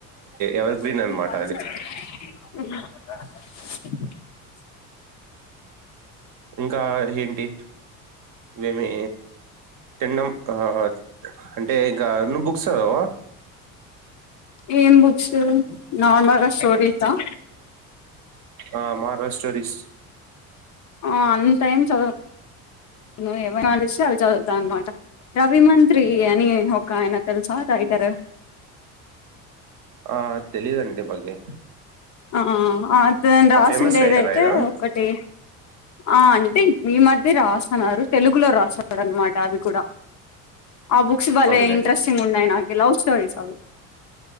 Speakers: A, on the left (about 40°); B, on the right (about 45°).
A: <unintelligible>
B: ఎవర్ గ్రీన్ అనమాట అది
A: <inaudible>
B: ఇంకా ఏంటి ఏమి తిండం ఆ అంటే ఇంకా నువ్ బుక్స్ చదవవా
A: ఏం బుక్సూ నార్మల్ గా స్టోరీస్ ఆ
B: ఆ మారల్ స్టోరిస్
A: ఆ అంత ఏం చదువం నువ్ ఏమై మనిస్తే అవి చదువుతావు అన్నమాట రవి మంత్రి అని ఒక ఆయన తెల్సా రైటర్
B: ఆ తెలీదండి మాకి
A: ఆ ఆ రాసిండేదైతే
B: ఫేమస్ రైటర్ ఆయన
A: ఒకటి ఆ అంటే ఈ మధ్య రాసన్నారు తెలుగులో రాసరు అనమాట అది కూడా ఆ బుక్స్ బలె
B: అవునులేండి
A: ఇంట్రెస్టింగ్ ఉన్నాయి నాకు లవ్ స్టోరీస్ అవి